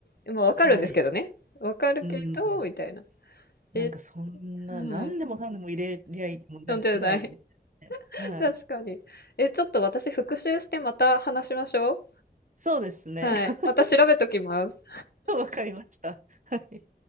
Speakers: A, on the left (about 65°); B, on the right (about 50°).
A: み、まあわかるんですけどね。
B: はい。
A: わかるけど、
B: うん。
A: みたいな。え、
B: なんかそんな、何でもかんでも入れりゃいいもんじゃないみたいなね。
A: はい。4ない <laughs> 確かに。
B: はい。
A: え、ちょっと私復習してまた話しましょう。
B: そうですね。
A: はい。
B: <laughs>
A: また調べときます。
B: わかりました。はい。